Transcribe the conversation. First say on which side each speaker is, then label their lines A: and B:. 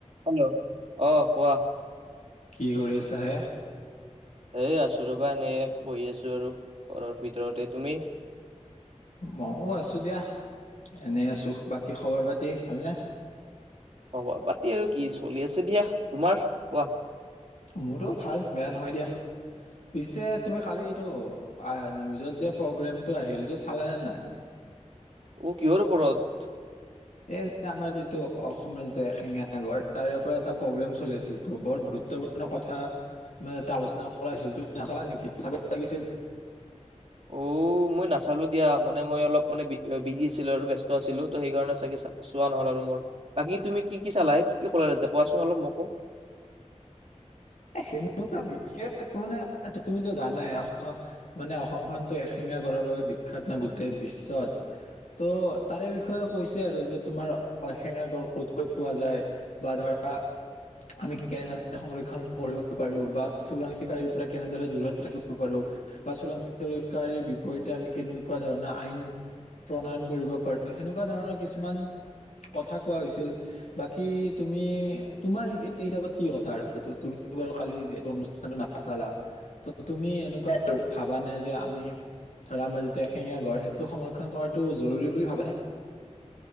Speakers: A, on the right; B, on the left.
A: হেল্ল' অ'। কোৱা।
B: কি কৰি আছাহে?
A: এ আছো ৰবা এনে বহি আছো আৰু ঘৰৰ ভিতৰতে তুমি
B: মইয়ও আছো দিয়া এনে আছো বাকী খবৰ পাতি ভালনে
A: খবৰ পাতি আৰু কি চলি আছে দিয়া তোমাৰ কোৱা
B: মোৰতো ভাল বেয়া নহয় দিয়া পিছে তুমি কালি এইটো নিউজত যে প্ৰগ্ৰেমটো আহিলটো চালাে নাই
A: উ কিহৰ ও পৰত
B: এই আমাৰ যিটো অসমৰ যিটো এ শেঙাাগৰ তাৰে পৰা এটা প্ৰগ্ৰেম চলি আছিল ত বৰ গুৰুত্বপূৰ্ণ কথা মানে এটা আলোচনা কৰা হৈছিল তুমি নাচালা নেকি চাব লাগিছিল
A: অ মই নাচালো দিয়া মানে মই অলপ মানে বি বিহি আছিলো আৰু ব্যস্ত আছিলো ত' সেইকাৰণে চাগে চোৱা নহ'ল আৰু মোৰ বাকী তুমি কি কি চালাহে কি কি ক'লাতে কোৱাচোন অলপ মোকো
B: সেনেকুৱা বিশেষ মানে তুমিতো জানাই মানে অসমখনতো এশেঙা গড়ৰ বাবে বিখ্য্াত নাই গোটেই বিশ্বত ত' তাৰে বিষয়ে কৈছে আৰু যে তোমাৰ এশেঙা গড় ক'ত ক'ত পোৱা যায় বা ধৰা আমি কেনেধৰণে সংৰক্ষণ কৰিব পাৰো বা চোৰাং চিকাৰীৰ পৰা কেনেদৰে দূৰত ৰাখিব পাৰো বা চোৰাং চিকিকাৰীৰ বিপৰীতে আমি কেনেকুৱা ধৰণৰ আইন প্ৰণয়ন কৰিব পাৰো সেনেকুৱা ধৰণৰ কিছুমান কথা কোৱা হৈছিল বাকী তুমি তোমাৰ স হিচাপত কি কথা আৰু তুম বাৰ খালি যিহেতু অনুষ্ঠানটো নাচালা ত তুমি এনেকুৱা ভাবানে যে আমি ধৰা আমাৰ যিটো এশেঙীয়া গড সেইটো সংৰক্ষন কৰাটো জৰুৰী বুলি ভাবানে